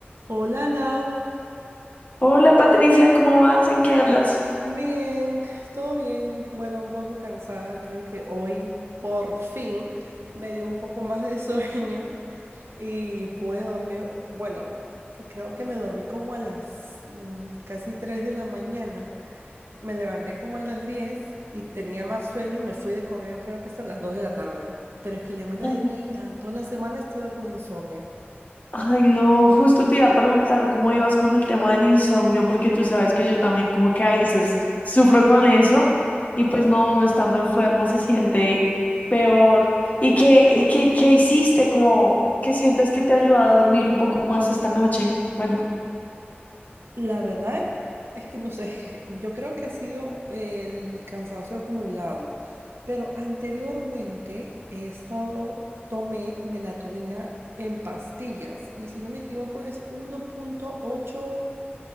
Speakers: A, on the right; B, on the left.
A: Hola Lau,
B: Hola Patricia, ¿cómo vas? ¿En qué andas?
A: Bien, todo bien. Bueno, un poco cansada. Creo que hoy por fin me dio un poco más de <laughs> sueño y pude dormir. Bueno, creo que me dormí como a las mm, casi 3 de la mañana. Me levanté como a las 10 y tenía más sueño y me fui de correo creo que hasta las 2 de la tarde. Pero es que ya me la
B: Hola.
A: debía. Toda la semana he estado con insomnio.
B: Ay, no, justo te iba a preguntar cómo ibas con el tema del insomnio, porque tú sabes que yo también como que a veces sufro con eso y pues no, uno estando enfermo se siente peor. ¿Y qué, y qué, qué hiciste? cómo, qué sientes que te ayuda a dormir un poco más esta noche? Bueno.
A: La verdad es que no sé, <laughs> yo creo que ha sido el cansancio acumulado, pero anteriormente he estado, tomé melatonina en pastillas y si no me equivoco es uno punto ocho